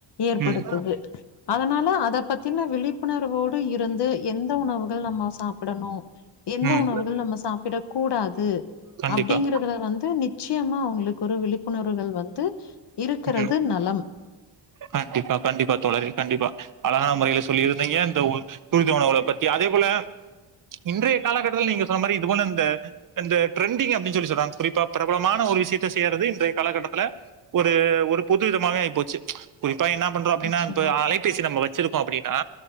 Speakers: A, on the left; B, on the right.
A: ஏற்படுத்துது
B: ம்
A: அதனால அத பத்தின விழிப்புணர்வோடு இருந்து எந்த உணவுகள் நம்ம சாப்டணு எந்த
B: ம்
A: உணவுகள் நம்ம சாப்பிட கூடாது
B: கண்டிப்பா
A: அப்டிங்கறதுல வந் து நிச்சியமா அவுங்குளுக்கு ஒரு விழிப்புணர்வுகள் வந்து இருக்கிறது
B: ம்
A: நலம்
B: கண்டிப்பா கண்டிப்பா தோழரே கண்டிப்பா அழகான முறையில சொல்லியிருந்தீங்க இந்த உ துரித உணவுகள பத்தி அதே போல இன்றைய காலகட்டத்துல நீங்க சொன்ன மாரி இது போல இந்த இந்த ட்ரெண்டிங் அப்பிடிஞ் சொல்லி சொல்றாங்க குறிப்பா பிரபலமான ஒரு விஷயத்த செய்யறது இன்றைய காலகட்டத்துல ஒரு ஒரு பொது விதமாவே ஆய்போச்சு குறிப்பா என்ன பண்றோ அப்டினா
A: நிச்சயமா
B: இப்ப அலை பேசி நம்ம வச்சிருக்கோ அப்டினா